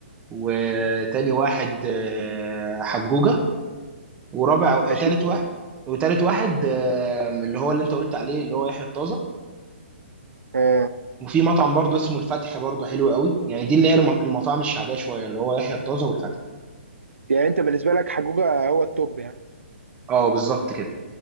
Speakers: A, on the right; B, on the right.
A: وتاني
B: مم.
A: واحد آه، حجوجه ورابع
B: ماشي
A: وتالت واحد وتالت واحد آه، اللي هو اللي انت قلت عليه اللي هو يحيى الطازه
B: اه
A: وفي مطعم برضه اسمه الفتح برضه حلو قوي يعني دي اللي هي الم- المطاعم الشعبيه شويه اللي هو يحيى الطازه والفتح
B: يعني انت بالنسبه لك حجوجه هو التوب يعني
A: اه بالظبط كده